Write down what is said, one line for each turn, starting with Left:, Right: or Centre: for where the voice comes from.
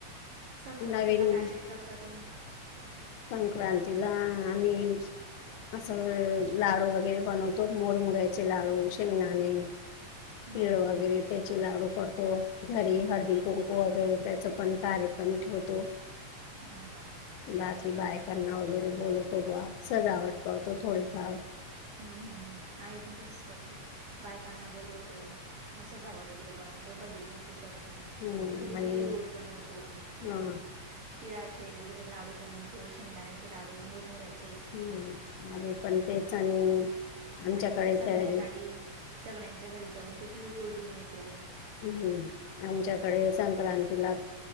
Right: संक्रांतीला
Left: नवीन
Right: काय काय करता तुम्ही.
Left: संक्रांतीला आम्ही असं लाडू वगैरे बनवतो. मुरमुऱ्याचे लाडू, शेंगदाणे
Right: हम्म
Left: तीळ
Right: हम्म
Left: वगैरे त्याचे लाडू करतो. घरी हळदी-कुंकू वगैरे त्याच पण कार्यक्रम ठेवतो.
Right: हो का.
Left: बाकी बायकांना वगैरे बोलवतो बुवा, सजावट करतो थोडीफार.
Right: हुं हूं, आम्ही पण तसच करतो, बायकांना बोलवतो. मग सजावट वगैरे बनवतो, हळदी कुंकू करतो.
Left: हम्म
Right: घरी
Left: आणि
Right: तीळगुळ बनवतो.
Left: हा
Right: तिळाचे वगैरे लाडू बनवतो. शेंगदाण्याचे लाडू, मुरमुऱ्याचे
Left: हं, आम्ही पण तेच
Right: हं.
Left: आणि आमच्याकडे
Right: आणि मग संध्याकाळी,
Left: तर
Right: सगळ्यांच्या घरी जाऊन ते तिळगुळ देऊन येतो.
Left: हूं, आमच्याकडे संक्रांतीलाच